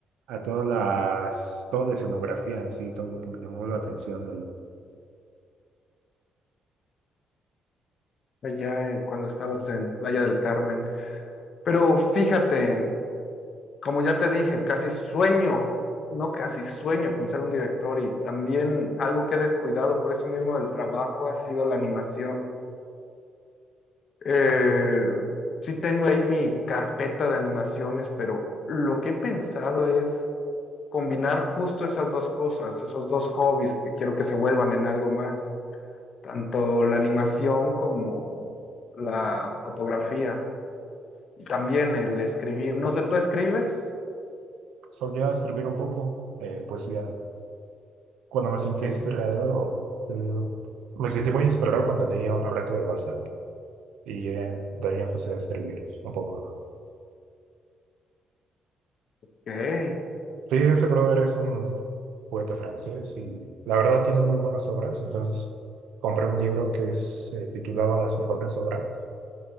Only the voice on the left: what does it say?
allá eh, cuando estabas en Playa del Carmen. Pero fíjate, como ya te dije, casi sueño, no casi sueño con ser un director y también algo que he descuidado por eso mismo del trabajo ha sido la animación. Eh,
sí tengo ahí mi carpeta de animaciones, pero lo que he pensado es combinar justo esas dos cosas, esos dos hobbies que quiero que se vuelvan en algo más. tanto la animación como la fotografía. Y También el escribir. No sé, ¿tú escribes?
Sí.
Ok.